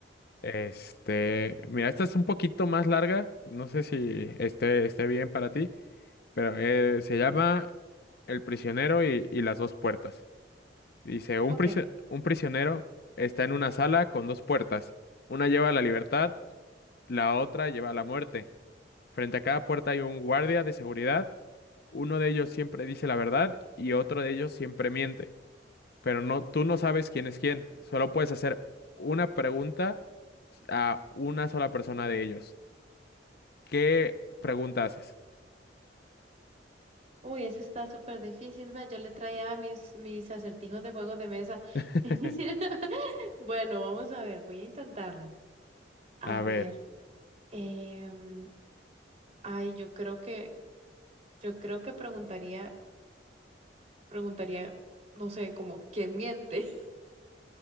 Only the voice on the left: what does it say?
Este, mira, esta es un poquito más larga. No sé si esté, esté bien para ti, pero eh, se llama El prisionero y, y las dos puertas. Dice, un
prisio- un prisionero está en una sala con dos puertas. Una lleva a la libertad La otra lleva a la muerte. Frente a cada puerta hay un guardia de seguridad. Uno de ellos siempre dice la verdad y otro de ellos siempre miente. Pero no, tú no sabes quién es quién. Solo puedes hacer una pregunta a una sola persona de ellos. ¿Qué pregunta haces?
<laughs>
A
ver,